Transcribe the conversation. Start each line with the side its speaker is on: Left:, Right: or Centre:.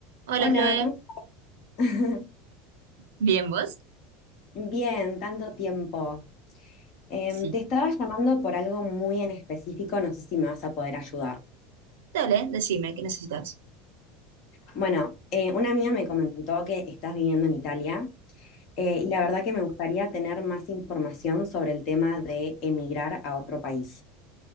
Right: Hola,
Left: Hola,
Right: Chloe.
Left: ¿cómo? <laughs>
Right: ¿Bien vos?
Left: Bien, tanto tiempo. Em,
Right: Sí.
Left: te estaba llamando por algo muy en específico, no sé si me vas a poder ayudar.
Right: Dale, decime, ¿qué necesitas?
Left: Bueno, eh, una amiga me comentó que estás viviendo en Italia eh, y la verdad que me gustaría tener más información sobre el tema de emigrar a otro país.